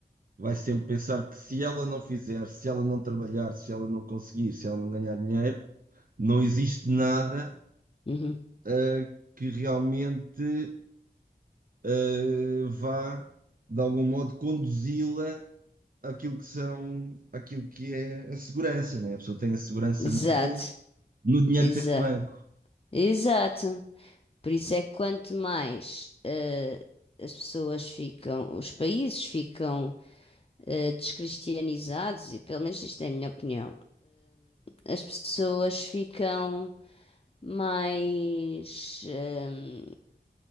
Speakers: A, on the right; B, on the left.
A: vai sempre pensar que se ela não fizer, se ela não trabalhar, se ela não conseguir, se ela não ganhar dinheiro, não existe nada,
B: Uhum.
A: eh, que realmente, eh, vá, de algum modo, conduzi-la aquilo que são, aquilo que é a segurança, né? A pessoa tem a segurança
B: Exato,
A: nela, no dinheiro
B: exato,
A: que tem no banco.
B: exato. Por isso é que quanto mais eh, as pessoas ficam, os países ficam eh, descristianizados, e pelo menos isto é a minha opinião, as pessoas ficam mais. eh,